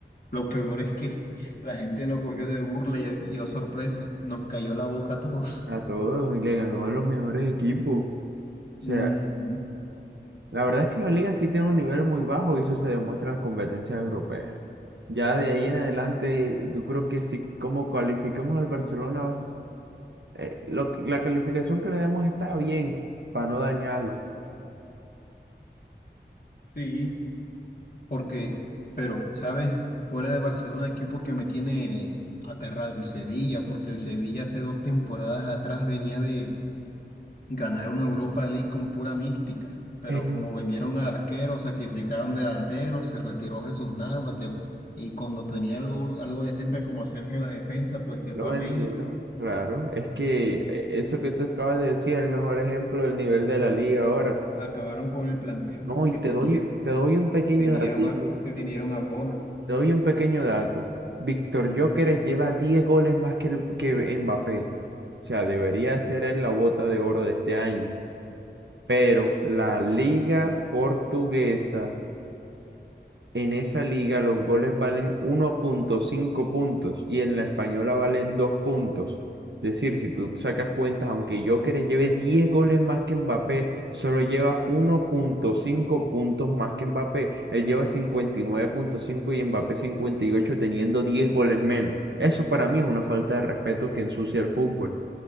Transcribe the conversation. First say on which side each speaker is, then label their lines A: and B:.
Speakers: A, on the left; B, on the right.
A: Lo peor es que la gente lo cogió de burla y, y oh sorpresa, nos cayó la boca a todos.
B: a todos y le ganó a los mejores equipos. O
A: Ujú,
B: sea, la verdad es que la liga sí tiene un nivel muy bajo y eso se demuestra en las competencias europeas. Ya de ahí en adelante, yo creo que si como cualificamos al Barcelona eh, lo que- la calificación que le demos está bien, para no dañarlo.
A: Sí, porque, pero, ¿sabes? Fuera de Barcelona, equipo que me tiene aterrado, el Sevilla, porque el Sevilla hace dos temporadas atrás venía de Ganar una Europa League con pura mística, pero
B: Eh,
A: como vendieron al arquero, sacrificaron delanteros, se retiró Jesús Navas se- y cuando tenía algo, algo decente como Sergio en la defensa, pues se
B: lo
A: fue
B: vendieron.
A: a México.
B: Claro, es que
A: Mm,
B: eh, eso que tú acabas de decir es el mejor ejemplo del nivel de
A: acab-
B: la liga ahora.
A: acabaron con el plantel
B: No, y
A: que
B: te
A: tenían,
B: doy, te doy un pequeño
A: vendieron
B: datico,
A: a, vendieron a Bono.
B: te doy un pequeño dato. Víctor
A: Ujú.
B: Gyökeres lleva 10 goles más que, el- que Mbappé. O sea, debería ser él la bota de oro de este año. Pero la liga portuguesa En esa liga los goles valen uno punto cinco puntos y en la española valen 2 puntos. Es decir, si tú sacas cuentas, aunque Joker lleve 10 goles más que Mbappé, solo lleva uno punto cinco puntos más que Mbappé. Él lleva cincuenta y nueve punto cinco y Mbappé 58 teniendo 10 goles menos. Eso para mí es una falta de respeto que ensucia el fútbol.